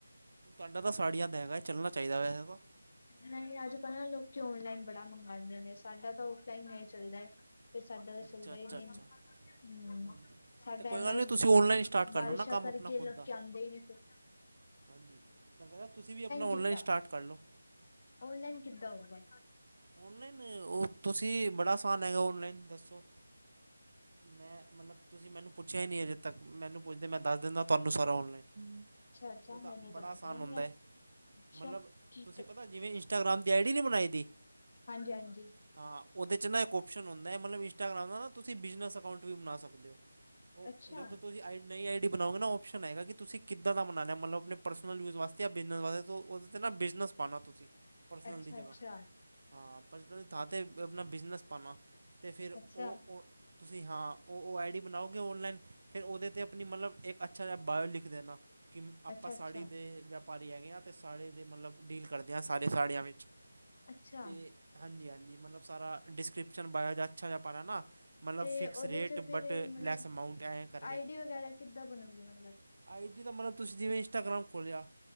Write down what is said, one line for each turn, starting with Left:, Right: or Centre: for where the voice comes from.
Right: ਤੋਹਾਡਾ ਤਾਂ ਸਾੜੀਆਂ ਦਾ ਹੈਗਾ ਚੱਲਣਾ ਚਾਈਦਾ ਵੇਸੇ ਤੋ
Left: ਨਈ ਅੱਜ ਕੱਲ ਨਾ ਲੋਕੀ ਔਨਲਾਈਨ ਬੜਾ ਮੰਗਾਂਦੇ ਨੇ। ਸਾਡਾ ਤਾਂ ਔਫਲਾਈਨ ਨਈ ਚੱਲਦਾ ਐ ਫੇਰ ਸਾਡਾ ਤਾਂ
Right: ਅੱਛਾ
Left: ਚੱਲਦਾ
Right: ਅੱਛਾ
Left: ਈ ਨੀ
Right: ਅੱਛਾ
Left: ਹੂੰ
Right: ਹਾਂਜੀ
Left: ਸਾਡਾ
Right: ਤੇ ਕੋਈ
Left: ਏਨਾ
Right: ਗੱਲ ਨਹੀਂ ਤੁਸੀਂ ਔਨਲਾਈਨ ਸਟਾਰਟ ਕਰ
Left: ਬਾਰਿਸ਼ਾਂ
Right: ਲਓ ਨਾ ਕੰਮ
Left: ਕਰਕੇ
Right: ਆਪਣਾ ਖੁਦ
Left: ਲੋਕੀ
Right: ਦਾ
Left: ਆਂਦੇ ਈ ਨੇ ਫੇਰ
Right: ਹਾਂਜੀ- ਮੈਂ ਕੈ ਰਿਆ ਤੁਸੀਂ ਵੀ ਅਪਨਾ ਔਨਲਾਈਨ
Left: ਕਿੱਦਾਂ
Right: ਸਟਾਰਟ ਕਰ ਲੋ
Left: ਔਨਲਾਈਨ ਕਿੱਦਾਂ ਹੋਊਗਾ
Right: ਔਨਲਾਈਨ ਓ ਤੁਸੀਂ ਬੜਾ ਆਸਾਨ ਹੈਗਾ ਔਨਲਾਈਨ ਦੱਸੋ ਮੈਂ ਮਤਲਬ ਤੁਸੀਂ ਮੈਨੂੰ ਪੁੱਛਿਆ ਈ ਨੀ ਅਜੇ ਤੱਕ, ਮੈਨੂੰ ਪੁੱਛਦੇ ਮੈਂ ਦੱਸ ਦਿੰਦਾ ਤੁਆਨੂੰ ਸਾਰਾ ਔਨਲਾਈਨ
Left: ਅੱਛਾ ਅੱਛਾ
Right: ਓਦਾ
Left: ਮੈਨੂੰ
Right: ਬੜਾ
Left: ਤਾਂ ਪਤਾ
Right: ਅਸਾਨ
Left: ਹੀ ਨਹੀਂ
Right: ਹੁੰਦਾ ਏ
Left: ਅੱਛਾ
Right: ਮਤਲਬ
Left: ਕੀ
Right: ਤੁਸੀਂ ਪਤਾ ਪਤਾ, ਜਿਵੇਂ ਇੰਸਟਗ੍ਰਾਮ ਦੀ ਆਈ ਡੀ ਨੀ ਬਣਾਈ ਦੀ
Left: ਹਾਂਜੀ-ਹਾਂਜੀ
Right: ਹਾਂ ਓਦੇ 'ਚ ਨਾ ਇੱਕ ਓਪਸ਼ਨ ਹੁੰਦਾ ਐ, ਮਤਲਬ ਇੰਸਟਾਗ੍ਰਾਮ ਦਾ ਨਾ ਤੁਸੀਂ ਬਿਜਨਸ ਅਕਾਊਂਟ ਵੀ ਬਨਾ ਸਕਦੇ ਓ ਓ
Left: ਅੱਛਾ
Right: ਜਦੋਂ ਤੁਸੀਂ ਆਈ ਨਈ ਆਈਡੀ ਬਣਾਓਗੇ ਨਾ ਓਪਸ਼ਨ ਆਏਗਾ ਕਿ ਤੁਸੀਂ ਕਿੱਦਾਂ ਦਾ ਬਨਾਨਾ ਮਤਲਬ ਆਪਣੇ ਪਰਸਨਲ ਯੂਜ ਵਾਸਤੇ ਜਾਂ ਬਿਜ਼ਨਸ ਵਾਸਤੇ, ਓਦੇ 'ਤੇ ਨਾ ਬਿਜ਼ਨਸ ਪਾਨਾ ਤੁਸੀਂ ਪਰਸਨਲ
Left: ਅੱਛਾ
Right: ਦੀ ਜਗ੍ਹਾ
Left: ਅੱਛਾ
Right: ਹਾਂ ਪਰਸਨਲ ਦੀ ਥਾਂ ਤੇ ਅਪਨਾ ਬਿਜਨਸ ਪਾਨਾ ਤੇ ਫਿਰ
Left: ਅੱਛਾ
Right: ਓ ਓ ਤੁਸੀਂ ਹਾਂ ਓ ਓ ਆਈ ਡੀ ਬਣਾਓਗੇ ਔਨਲਾਈਨ ਫਿਰ ਓਦੇ 'ਤੇ ਅਪਨੀ ਮਤਲਬ ਇੱਕ ਅੱਛਾ ਜਿਆ ਬਾਇਓ ਲਿਖ ਦੇਨਾ ਕੀ ਆਪਾਂ
Left: ਅੱਛਾ
Right: ਸਾੜੀ
Left: ਅੱਛਾ
Right: ਦੇ ਵਪਾਰੀ ਹੈਗੇ ਆਂ, ਤੇ ਸਾੜੀ ਦੇ ਮਤਲਬ ਡੀਲ ਕਰਦੇ ਆਂ ਸਾਰੇ ਸਾੜੀਆਂ ਵਿੱਚ
Left: ਅੱਛਾ
Right: ਤੇ ਹਾਂਜੀ-ਹਾਂਜੀ ਮਤਲਬ ਸਾਰਾ ਡਿਸਕ੍ਰਿਪਸ਼ਨ ਬਾਇਆ ਦਾ ਅੱਛਾ ਜਿਆ ਪਾਨਾ ਨਾ ਮਤਲਬ
Left: ਤੇ
Right: ਫਿਕਸ
Left: ਉਹਦੇ
Right: ਰੇਟ
Left: ਚ ਫਿਰ
Right: ਬਟ
Left: ਮਤਲਬ
Right: ਲੈਸ ਅਮਾਊਂਟ ਐ ਕਰਕੇ
Left: ਆਈਡੀ ਵਗੈਰਾ ਕਿੱਦਾਂ ਬਣੂਗੀ ਮਤਲਬ
Right: ਆਈਡੀ ਦਾ ਮਤਲਬ ਤੁਸੀਂ ਜਿਵੇਂ ਇੰਸਟਾਗਰਾਮ ਖੋਲਿਆ